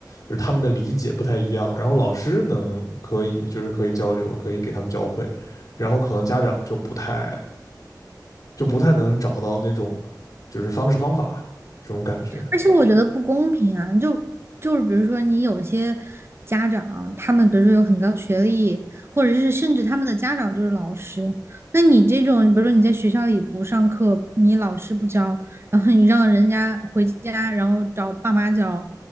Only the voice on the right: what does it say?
而且我觉得不公平啊，就就是比如说你有些家长，他们比如说有很高学历，或者是甚至他们的家长就是老师，那你这种，比如说你在学校里不上课，你老师不教，然后你让人家回家，然后找爸妈教，